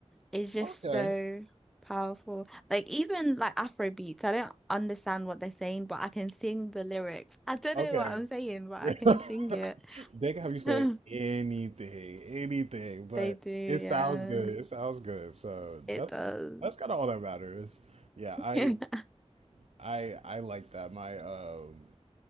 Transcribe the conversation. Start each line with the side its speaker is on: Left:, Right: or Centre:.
Centre: it's just
Right: okay.
Centre: so powerful. Like even like Afro beats, I don't understand what they're saying, but I can sing the lyrics. I don't
Right: Okay.
Centre: know what I'm saying, but I
Right: <laughs>
Centre: can sing it.
Right: they can have you say
Centre: <laughs>
Right: anything, anything, but
Centre: They do, yeah.
Right: it sounds good. It sounds good. So
Centre: It
Right: that's
Centre: does.
Right: that's kind of all that matters. Yeah, I
Centre: <laughs>
Right: I I like that. My um,